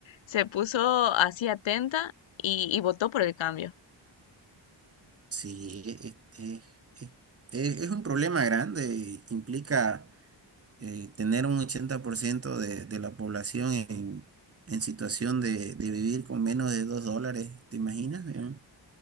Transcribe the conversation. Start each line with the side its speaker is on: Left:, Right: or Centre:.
Left: se puso así atenta y, y votó por el cambio.
Right: Sí, es, es- es- es- es un problema grande. y Implica eh, tener un 80% de, de la población en, en situación de, de vivir con menos de 2 dólares, ¿te imaginas? ¿no?